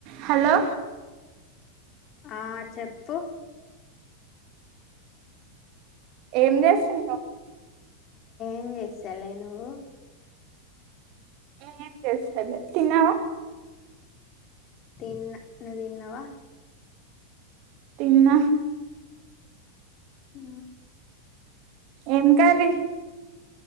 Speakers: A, on the right; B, on the left.
A: hello
B: ఆ చెప్పు
A: ఏం చేస్తున్నావ్వు
B: ఏం చేస్తాలే నువ్వు
A: నేను ఎం చేస్తాలే తిన్నావా
B: తిన్న నువ్వు తిన్నావా
A: తిన్న
B: హ
A: ఏం కర్రీ